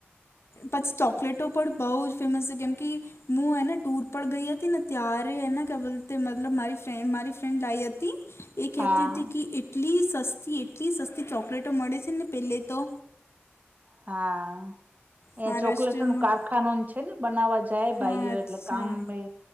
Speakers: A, on the left; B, on the right.
A: પછી ચોકલેટો પણ બહુ જ ફેમસ છે કેમ કે ઈ મું હેને ટુર પર ગઈ હતી ને ત્યારે એને કે બોલતે હે મતલબ મારી મારી ફ્રેન્ડ લાઈ હતી એ કહેતી
B: હા
A: હતી કે એટલી સસ્તી એટલી સસ્તી ચોકલેટો મળે છે ને પહેલે તો
B: હા. એ
A: મહારાષ્ટ્રમાં
B: ચોકલેટ નું કારખાનું છે ને બનાવવા જાય
A: હા
B: ભાઈઓ
A: અચ્છા
B: એટલે કામએ